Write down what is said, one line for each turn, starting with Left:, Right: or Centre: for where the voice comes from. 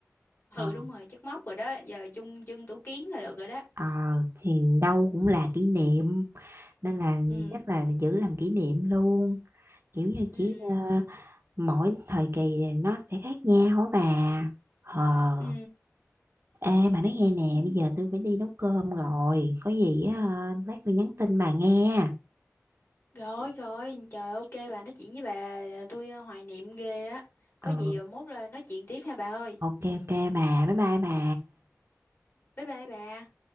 Right: Ờ,
Left: Ừ đúng rồi, chất móc rồi đó, giờ chung dân tủ kiến là được rồi đó.
Right: ờ, thì đâu cũng là kỷ niệm nên là
Left: Ừ,
Right: chắc là giữ làm kỷ niệm luôn kiểu như
Left: ừ.
Right: chỉ ờ, mỗi thời kỳ thì nó sẽ khác nhau á bà. Ờ
Left: Ừ,
Right: ê mà nói nghe nè
Left: Ừ.
Right: bây giờ tôi phải đi nấu cơm rồi có gì á, ờ, lát tôi nhắn tin bà nghe.
Left: Rồi rồi, trời ok bà nói chuyện với bà tôi ờ, hoài niệm ghê á. Có
Right: Ừ
Left: gì ờ, mốt là nói chuyện tiếp nha bà ơi.
Right: Ok ok bà, bye bye bà.
Left: Bye bye bà.